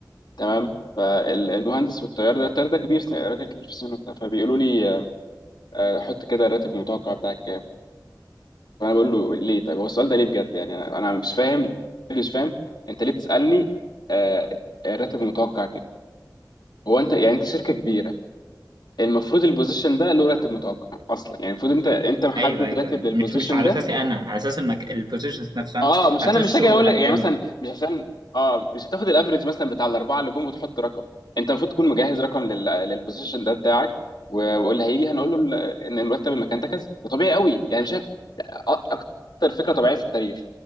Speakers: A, on the left; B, on the right.
A: تمام فالمهندس والطيار ده الطيار ده كبير سن... راجل كبير في السن وبتاع فبيقولوا لي آه، آه، حط كده الراتب المتوقع بتاعك كام فانا بقول له ليه طيب هو السؤال ده ليه بجد يعني انا أنا مش فاهم مش فاهم انت ليه بتسالني آه، الراتب المتوقع كام هو انت يعني انت شركه كبيره المفروض البوزيشن ده له راتب متوقع اصلا يعني المفروض انت انت محدد
B: ايوه ايوه
A: راتب
B: ايوه
A: للبوزيشن
B: مش مش على
A: ده
B: اساسي انا على اساس المك... البوزيشنز نفسها انا
A: اه مش
B: على
A: انا
B: اساس
A: مش
B: الشغل
A: هاجي
B: اللي
A: اقول لك
B: هقدمه
A: يعني مثلا مش عشان اه مش هتاخد الافريج مثلا بتاع الاربعه اللي جم وتحط رقم انت المفروض تكون مجهز رقم لل... للبوزيشن ده بتاعك و- واللي هيجي هنقول له ال- ان المرتب المكان ده كذا ده طبيعي قوي يعني مش أ- اكتر فكره طبيعيه في التاريخ